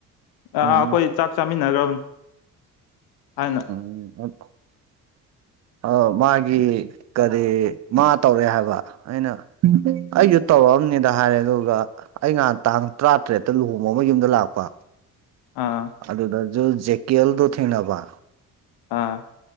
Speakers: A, on the left (about 50°); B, on the right (about 35°).
A: ꯑꯥ
B: ꯎꯝ
A: ꯑꯈꯣꯏ ꯆꯥꯛ ꯆꯥꯃꯤꯟꯅꯒ꯭ꯔꯕꯅꯤ ꯍꯥꯏꯅ
B: ꯎꯝ ꯑ ꯃꯥꯒꯤ ꯀꯔꯤ ꯃꯥ ꯇꯧꯔꯦ ꯍꯥꯏꯕ ꯑꯩꯅ ꯑꯩꯖꯨ ꯇꯧꯔꯛꯑꯝꯅꯤꯗ ꯍꯥꯏꯔꯦ ꯑꯗꯨꯒ ꯑꯩ ꯉꯍꯥꯟ ꯇꯥꯡ ꯇꯔꯥꯇꯔꯦꯠꯇ ꯂꯨꯍꯣꯡꯕ ꯑꯃ ꯌꯨꯝꯗ ꯂꯥꯛꯄ
A: ꯑꯥ
B: ꯑꯗꯨꯗꯖꯨꯜ ꯖꯦꯀꯦꯜꯗꯣ ꯊꯦꯡꯅꯕ
A: ꯑꯥ